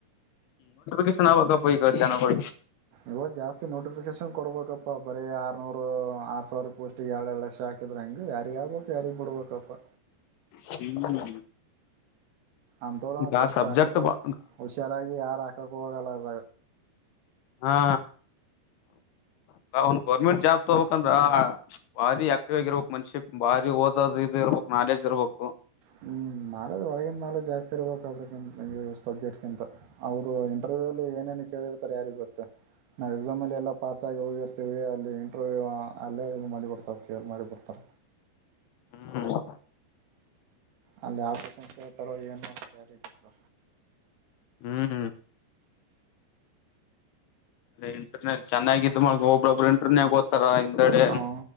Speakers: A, on the left (about 75°); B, on the right (about 70°).
A: ಗೆ ಸನ ಬಾಗಪ್ಪಪ ಈಗ ಜ ಕೊ
B: ಇವಾಗ ಜಾಸ್ತಿ ನೋಟಿಫಿಕೇಶನ್ ಕೊಡ್ಬೇಕಪ್ಪಾ ಬರೀ ಆರ್ನೂರು ಆರ್ ಸಾವಿರ ಪೋಸ್ಟ್ ಎಳ ಎ ಲಕ್ಷ ಹಾಕಿದ್ರೆ ಹಂಗ ಯಾರಿಗ್ ಆಗ್ಬೇಕು ಯಾರಿಗ್ ಬಿಡ್ಬೇಕಪ್ಪ
A: ಹ್ಮ್
B: ಅಂಥವ್ರ
A: ಈ ಗ
B: ಫಸ್ಟ್
A: ಸಬ್ಜೆಕ್ಟ್
B: ಹಾಕಕ್ಕೋ
A: ಬ
B: ಹುಷಾರಾಗಿ ಯಾರು ಹಾಕಕ್ಕೆ ಹೋಗಲ್ಲ ಅದಾಗ
A: ಹಾ ಒಂದ ಗೌರ್ಮೆಂಟ್ ಜಾಬ್ ತಗೋಕ್ಂದ್ರ ಬಾರಿ ಆಕ್ಟಿವ್ ಆಗಿರ್ಬಕ್ ಮನುಷಿ ಬಾರಿ ಓದೋದ ಇರ್ಬೇಕು ನಾಲೇಜ್ ಇರ್ಬೇಕು
B: ಹ್ಞೂ ನಾಲೆಜ್ ಒಳಗಿನ ನಾಲೆಜ್ ಜಾಸ್ತಿ ಇರಬೇಕಾದ್ರಿಂತ ಸಬ್ಜೆಕ್ಟ್ಗಿಂತ ಅವರು ಇಂಟರ್ವ್ಯೂ ಏನೇನು ಕೇಳಿರ್ತಾರೆ ಯಾರಿಗ ಗೊತ್ತು ನಾವ್ ಎಕ್ಸಾಮ್ ಅಲ್ಲಿ ಎಲ್ಲ ಪಾಸ್ ಆಗಿ ಹೋಗಿರ್ತಿೀವಿ ಅಲ್ಲಿ ಇಂಟರ್ವ್ಯ ಅಲ್ಲೇ ಮಾಡಿಬಿಡ್ತಾರೆ ಫೇಲ್ ಮಾಡಿಬಿಡ್ತಾರ
A: ಹ್ಮ್
B: ಅಲ್ಲಿ ಆಪರೇಷನ್ ಕೇಳ್ತಾರೋ ಏನ್ ಮಾಡೋಡ್ತಾರ ಯಾರಿಗ್ ಗೊತ್ತು
A: ಹ್ಮ್ ಹ್ಮ್ ಅ ಇಂಟರ್ನೆಟ್ ಚೆನ್ನಾಗಿದ ಮಳಗ ಒಬ್ಬೊಬ್ರು ಇಂಟರ್ನೆೇ ಗ ರ ಹಿಂದೆಡೆ
B: ಅವ